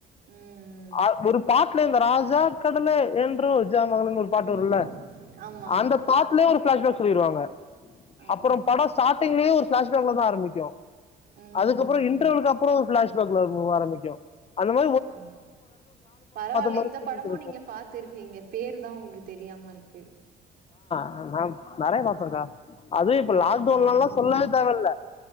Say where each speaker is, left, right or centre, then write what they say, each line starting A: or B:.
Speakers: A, on the right (about 65°); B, on the left (about 35°).
A: ம் ம்
B: அ ஒரு பாட் ல இந்த ராஜா கடலே என்று ஜாமகள்னு ஒரு பாட்டு
A: ம்
B: வரும்ல
A: ஆமா ஆமா
B: அந்த பாட்லயே ஒரு ஃபிளாஷ்பேக் சொல்லிருவாங்க
A: ஆமா
B: அப்புறோ படோ ஸ்டா ட்டிங்ளயு ஒரு ஃபிளாஷ்பேக்லதா ஆரம்பிக்கு
A: ம்
B: அதுக்கப்புறோ
A: ம்
B: இன்டர்வலுக்கு
A: ம்
B: அப்புறோ ஒரு ஃபிளாஷ் பேக்ல இருந்துதா ஆரம்பிக்கு அந்த மாரி
A: ஆமா பரவால்ல
B: மாதிரி
A: இந்த படமு
B: இருக்கும்
A: நீங்க பாத்துருக்கீங்க பேருதா உங்களுக்கு தெரியாம இருக்கு
B: ஆ நா நெறய பாப்பேங்க்கா அது இப்ப
A: ம்
B: லாக்டவுன்லல்லா சொல்லவே தேவல்ல